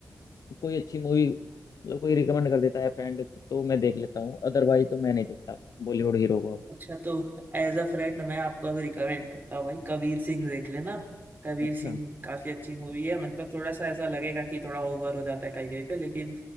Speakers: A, on the left (about 80°); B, on the right (about 30°).
A: कोई अच्छी मूवी मतलब कोई रिकमेंड कर देता है फ्रेंड तो मैं देख लेता हूँ अदरवाइज तो मैं नहीं देखता बॉलीवुड हीरो को अब
B: अच्छा तो एज अ फ्रेंड मैं आपको अभी रिकमेंड करता हूँ भाई कबीर सिंह देख लेना कबीर
A: अच्छा
B: सिंह काफी अच्छी मूवी है मतलब थोड़ा सा ऐसा लगेगा कि थोड़ा ओवर हो जाता है कहीं कहीं पे लेकिन